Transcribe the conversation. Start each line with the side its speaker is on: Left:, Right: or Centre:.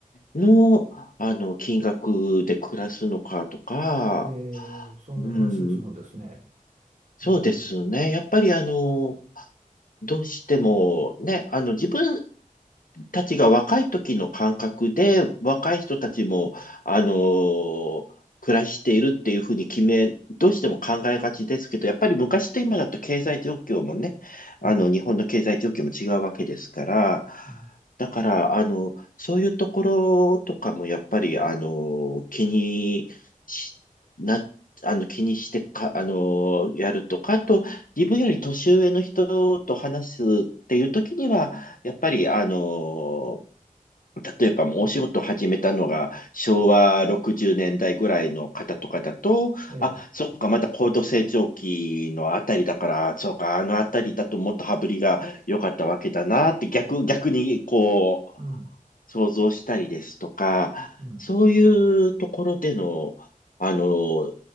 Left: の、あの、金額で暮らすのかとか、
Right: えええそんな話をするんですね。
Left: うん、そうですね。
Right: うん、
Left: やっぱりあの、どうしてもね、あの、自分たちが若い時の感覚で、若い人たちも、あのー暮らしているっていうふうに決め、どうしても考えがちですけど、やっぱり昔と今だと経済状況もね、あの、
Right: うん、
Left: 日本の経済状況も違うわけですから、
Right: うん
Left: だから、あの、そういうところとかもやっぱり、あの、気にし、な、あの、気にしてか、あの、やるとか、あと、自分より年上の人と話すっていう時には、やっぱり、あの、例えばもうお仕事を始めたのが昭和60年代ぐらいの方とかだと、
Right: ええ、
Left: あ、そうか、まだ高度成長期のあたりだから、そうか、あのあたりだともっと羽振りが良かったわけだなって逆、逆にこう、
Right: うん、
Left: 想像したりですとか、
Right: うん、
Left: そういうところでの、あの、